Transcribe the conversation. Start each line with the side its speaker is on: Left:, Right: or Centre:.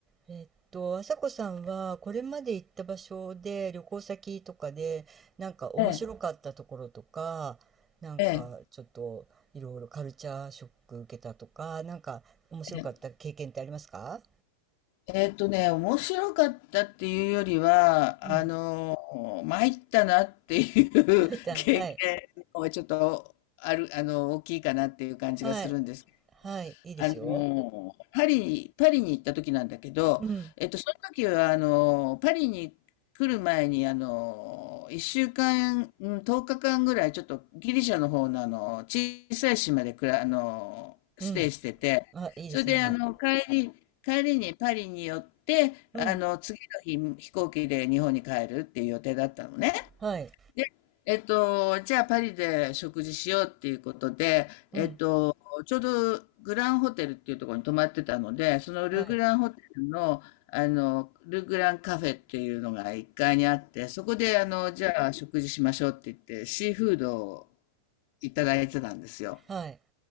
Right: えっと、朝子さんはこれまで行った場所で旅行先とかでなんか面白かったところとかなんかちょっといろいろカルチャーショック受けたとかなんか面白かった経験ってありますか
Left: ええ、ええ、えええーっとね、面白かったっていうよりは、
Right: うん。
Left: あの、参ったなっていう
Right: <laughs> まいたん、
Left: <laughs> 経験の方がちょっとある、
Right: はい。
Left: あの、大きいかなっていう感じがするんですけ
Right: はい。はい。いいですよ。
Left: あのー、パリに、パリに行った時なんだけど、
Right: うん。
Left: えっと、その時は、あのー、パリに来る前に、あのー、1週間、うかん、10日間ぐらい、ちょっとギリシャの方の、あのー、小さい島でくら、あのー、
Right: うん。
Left: ステイしてて、
Right: あ、いいですね。
Left: それで、あの、帰り、帰りにパリに寄って、
Right: うん。
Left: あの、次の日、飛行機で日本に帰るっていう予定だったのね。
Right: はい。
Left: で、えっと、じゃあパリで食事しようっていうことで、えっと、
Right: うん。
Left: ちょうどグランホテルっていうところに泊まってたので、そのル・
Right: はい。
Left: グランホテルの、あの、ル・グランカフェっていうのが1階にあって、そこで、あの、じゃあ食事しましょうって言って、シーフードをいただいてたんですよ。
Right: はい。